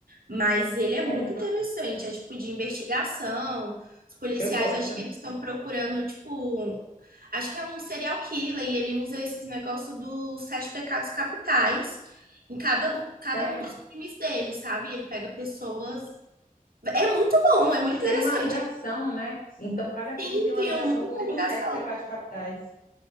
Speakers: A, on the right (about 80°); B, on the left (about 75°).
A: Mas ele é muito
B: Sério,
A: interessante, é tipo de investigação. Os policiais
B: eu gosto.
A: acho que eles estão procurando tipo Acho que é um serial killer e ele usa esses negócios dos sete pecados capitais em cada, do, cada
B: Sério.
A: um dos crimes dele, sabe? Ele pega pessoas É muito bom, é muito interessante.
B: Tem uma ligação, né? Então, cada crime
A: Eu
B: tem uma
A: tenho
B: ligação
A: muita
B: com um
A: ligação.
B: dos sete pecados capitais.